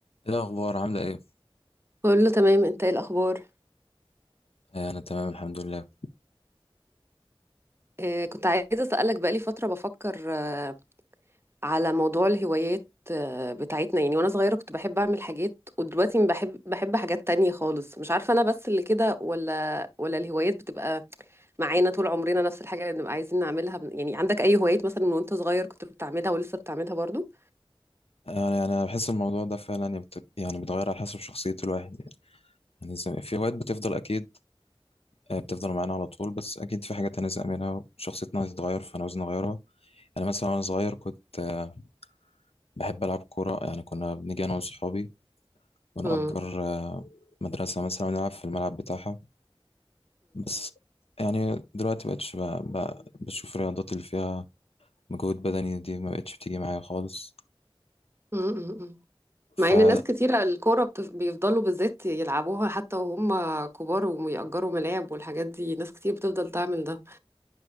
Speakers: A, on the left (about 80°); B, on the right (about 25°).
A: ايه الاخبار عامله ايه
B: كله تمام انت ايه الاخبار
A: آه، انا تمام الحمد لله
B: آه كنت عايزه اسالك بقالي فتره بفكر آه على موضوع الهوايات آه بتاعتنا يعني وانا صغيره كنت بحب اعمل حاجات ودلوقتي ما بحب بحب حاجات تانية خالص مش عارفه انا بس اللي كده ولا ولا الهوايات بتبقى معانا طول عمرنا نفس الحاجه اللي بنبقى عايزين نعملها يعني عندك اي هوايات مثلا من وانت صغير كنت بتعملها ولسه بتعملها برضو
A: آه، يعني انا بحس الموضوع ده فعلا يعني بت- يعني بيتغير على حسب شخصيه الواحد يعني يعني زي- في هوايات بتفضل اكيد آه، بتفضل معانا على طول بس اكيد في حاجات هنزهق منها شخصيتنا هتتغير فانا عاوز نغيرها انا مثلا وانا صغير كنت آه، بحب العب كوره يعني كنا بنيجي انا وصحابي ونأجر
B: امم
A: آه، مدرسه مثلا ونلعب في الملعب بتاعها بس يعني دلوقتي بقتش ب- ب- بشوف الرياضات اللي فيها مجهود بدني دي ما بقتش بتيجي معايا خالص
B: امم
A: فلا
B: مع ان ناس كتيرة الكورة بتف... بيفضلوا بالذات يلعبوها حتى وهم كبار ويأجروا ملاعب والحاجات دي ناس كتير بتفضل تعمل ده